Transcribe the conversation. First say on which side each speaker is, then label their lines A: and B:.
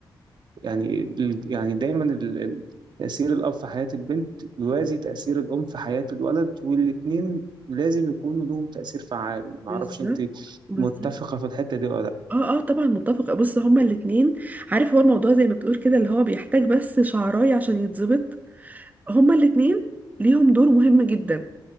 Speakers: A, on the right; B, on the right.
A: يعني ال- يعني دايما ال- ال- تأثير الأب في حياة البنت يوازي تأثير الأم في حياة الولد والاتنين لازم يكونوا لهم تأثير فعال معرفش
B: بالظبط
A: أنت
B: بالظبط
A: متفقة في الحتة دي ولا لأ
B: اه اه طبعا متفقة بص هما الاتنين عارف هو الموضوع زي ما بتقول كده اللي هو بيحتاج بس شعراية عشان يتظبط هما الاتنين ليهم دور مهم جدا